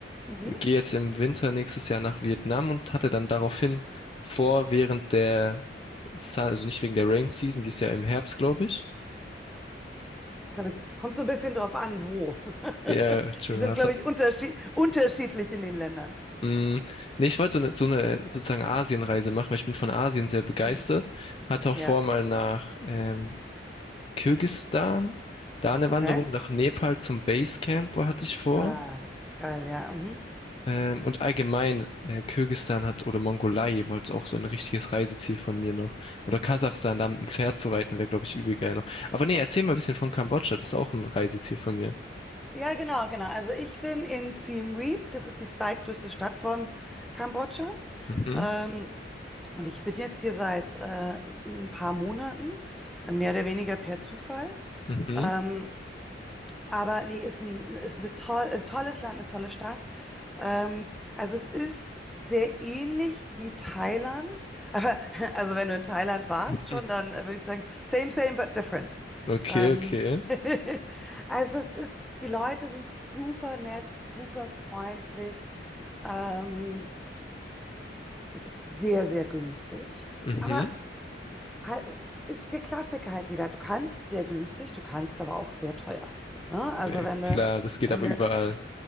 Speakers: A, in the centre; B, on the left.
A: Mhm.
B: gehe jetzt im Winter nächstes Jahr nach Vietnam und hatte dann daraufhin vor, während der, Sun- also nicht wegen der Rain Season, die ist ja im Herbst, glaube ich.
A: Glaube ich. Kommt so ein bisschen drauf an, wo. <laughs>
B: Ja, Entschuldigung,
A: Die sind,
B: hast
A: glaube ich, unterschied unterschiedlich in den Ländern.
B: Mm, Nee, ich wollte so eine, so eine sozusagen Asienreise machen, weil ich bin von Asien sehr begeistert.
A: Hm.
B: Hatte
A: Ja,
B: auch vor, mal nach ähm, Kirgisistan, da eine
A: okay.
B: Wanderung, nach Nepal zum Basecamp, wo hatte ich vor.
A: Ah, geil, ja. Mhm.
B: Ähm, und allgemein, äh, Kirgisistan hat, oder Mongolei war jetzt auch so ein richtiges Reiseziel von mir noch. Oder Kasachstan, da mit dem Pferd zu reiten, wäre, glaube ich, übel geil noch. Aber nee, erzähl mal ein bisschen von Kambodscha, das ist auch ein Reiseziel von mir.
A: Ja, genau, genau. Also ich bin in Siem Reap. Das ist die zweitgrößte Stadt von Kambodscha.
B: Mhm,
A: Ähm, und ich bin jetzt hier seit äh, ein paar Monaten, äh, mehr oder weniger per Zufall.
B: mhm,
A: Ähm, aber nee, ist ein, ist eine toll, ein tolles Land, eine tolle Stadt. Ähm, also es ist sehr ähnlich wie Thailand. Aber <laughs> also wenn du in Thailand warst
B: mhm.
A: schon, dann äh, würde ich sagen, same, same, but different.
B: Okay,
A: Ähm,
B: okay.
A: <laughs> also es ist, die Leute sind super nett, super freundlich. Ähm, es ist sehr, sehr günstig.
B: Mhm.
A: Aber halt, es ist der Klassiker halt wieder. Du kannst sehr günstig, du kannst aber auch sehr teuer. Ne?
B: Ja,
A: Also wenn
B: klar,
A: du,
B: das geht
A: wenn
B: aber
A: du,
B: überall.